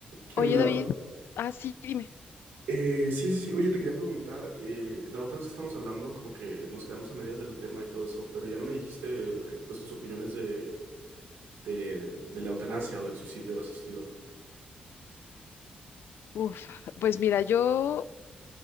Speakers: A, on the right (about 75°); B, on the left (about 70°).
A: ¿Qué
B: Oye,
A: onda?
B: David, ah, sí, dime.
A: Eh, sí, sí, sí. Oye, te quería preguntar. eh, la otra vez que estábamos hablando, como que nos quedamos a medias del tema y todo eso, pero ya no me dijiste, eh, pues, tus opiniones de, de, de la eutanasia o del suicidio asistido.
B: Uf, pues mira, yo,